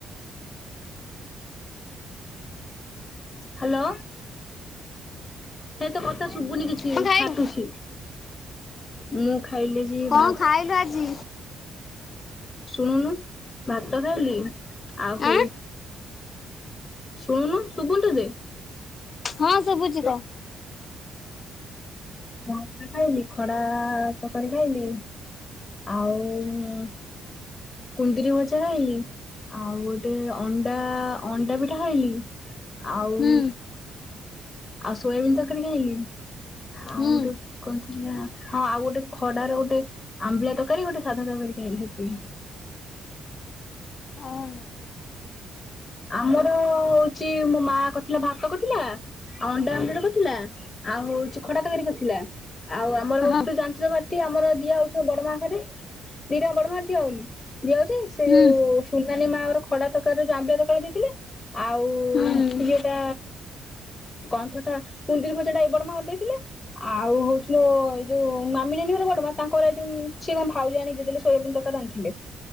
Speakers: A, on the left; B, on the left.
A: ହାଲୋ। ହେ ତୋ କଥା ଶୁଭୁନି କିଛି
B: କଣ ଖାଇଲୁ?
A: ଫାଟୁଛି। ମୁଁ ଖାଇଲି ଆଜି
B: କଣ
A: ଭା
B: ଖାଇଲୁ ଆଜି?
A: ଶୁଣୁନୁ ଭାତ ଖାଇଲି ଆଉ
B: ଆଁ
A: ହଉ ଶୁଣୁନୁ ଶୁଭୁନି ତେତେ?
B: ହଁ ଶୁଭୁଛି ତ।
A: ଭାତ ଖାଇଲି ଖଡା ତରକାରୀ ଖାଇଲି। ଆଉ କୁନ୍ଦୁରି ଭଜା ଖାଇଲି। ଆଉ ଗୋଟେ ଅଣ୍ଡା ଅଣ୍ଡା ପିଠା ଖାଇଲି। ଆଉ
B: ହୁଁ
A: ଆଉ ସୋୟାବିନ ତରକାରୀ ଖାଇଲି। ଆଉ
B: ହୁଁ।
A: ଗୋଟେ କଣ ଥିଲା ହଁ ଆଉ ଗୋଟେ ଖଡାର ଗୋଟେ ଆମ୍ବିଲେଟ୍ ତକାରି ଗୋଟେ ସାଧା ତରକାରୀ ଖାଇଲି ସେତିକି।
B: ହଁ
A: ଆମର ହଉଛି ମୋ ମା କରିଥିଲା ଭାତ କରିଥିଲା ଆଉ ଅଣ୍ଡା ଆମ୍ଲେଟ କଥିଲା ଆଉ ହଉଚି ଖଡ଼ା ତକାରୀ କରି ଥିଲା ଆଉ ଆମର ହଉଚି
B: ହଁ
A: ତ ଜା <unintelligible> ଆମର ଦିଆ ହଉଛ ବଡ ମା ଘରେ। ଦିଟାଙ୍କ ବଡ ମା ଘରେ ଦିଆ ହଉନିକି ଦିଆ ହଉଛି ସେ
B: ହୁଁ
A: ଯୋଉ ସୁନାନୀ ମା ଘର ଖଡ଼ା ତରକାରୀ, ଯୋଉ ଆମ୍ବିଳା ତରକାରୀ ଦେଇଥିଲେ। ଆଉ
B: ହୁଁ
A: ଇଏଟା କଇଁଥ ଟା, କୁନ୍ଦିରି ଭଜାଟା ଏ ବଡମା ଘର ଦେଇଥିଲେ। ଆଉ ହଉଚି ମୋ ଏଇ ଯୋଉ ମାମି ନାନୀ ଘର ବଡ ମା, ତାଙ୍କର ଏ ଯୋଉ ସିଏ କଣ ଭାଉଜ ଆଣିକି ଦେଇଦେଲେ ସୋୟାବିନ ତରକାରୀ ରାନ୍ଧିଥିଲେ।